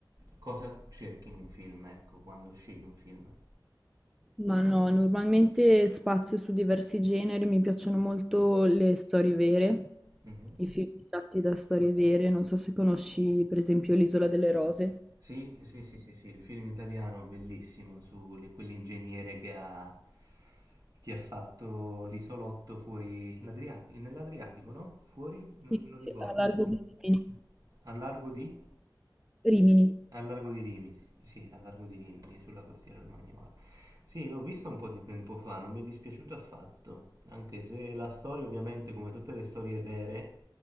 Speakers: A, on the right (about 45°); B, in the centre.
A: cosa cerchi in un film, ecco, quando scegli un film.
B: Ma no, normalmente spazio su diversi generi, mi piacciono molto le storie vere,
A: Mhm.
B: i film tratti da storie vere, non so se conosci per esempio L'Isola delle Rose.
A: Sì, sì, sì, sì, sì, il film italiano bellissimo su li- quell'ingegnere che ha, che ha fatto l'isolotto fuori l'Adriatico, nell'Adriatico, no? Fuori? Non,
B: Sì,
A: non ricordo,
B: sì, a largo
A: fuori.
B: di Rimini.
A: Al largo di?
B: Rimini,
A: Al largo di Rimini, sì, al largo di Rimini, sulla costiera romagnola. Sì, l'ho visto un po' di tempo fa, non mi è dispiaciuto affatto, anche se la storia ovviamente, come tutte le storie vere,